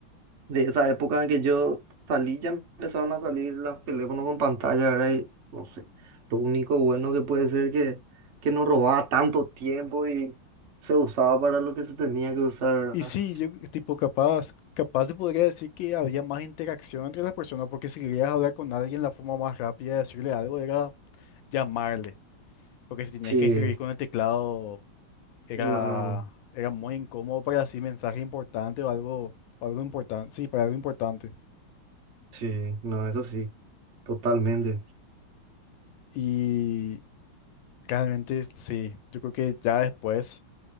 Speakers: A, on the right (about 50°); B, on the left (about 75°).
A: de esa época en que yo salí ya empezaron a salir los teléfonos con pantalla, ¿verdad? Y no sé, lo único bueno que puede ser que, que no robaba tanto tiempo y se usaba para lo que se tenía que usar,
B: Y
A: ¿verdad?
B: sí, yo tipo capaz, capaz se podría decir que había más interacción entre las personas, porque si querías hablar con alguien, la forma más rápida de decirle algo era llamarle. Porque si tenías
A: Sí,
B: que escribir con el teclado era,
A: no,
B: era muy incómodo para así mensaje importante o algo, o algo importante, sí, para algo importante.
A: sí, no, eso sí, totalmente,
B: Y realmente sí, yo creo que ya después